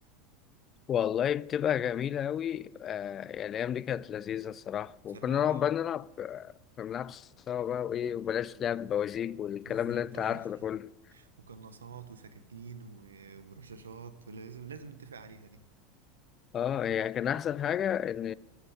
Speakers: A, on the left (about 35°); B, on the right (about 90°).
A: والله بتبقى جميلة أوي آه يعني الأيام دي كانت لذيذة الصراحة
B: بصراحه
A: وكنا نقعد بقى نلعب آه، كنا بنلعب سوا بقى وإيه وبلاش لعب بوازيك والكلام
B: بالظبط
A: اللي أنت
B: بالظبط
A: عارفه ده كله
B: وقناصات وسكاكين و- ورشاشات لازم لازم نتفق عليها دي
A: أه يعني كان أحسن حاجة إن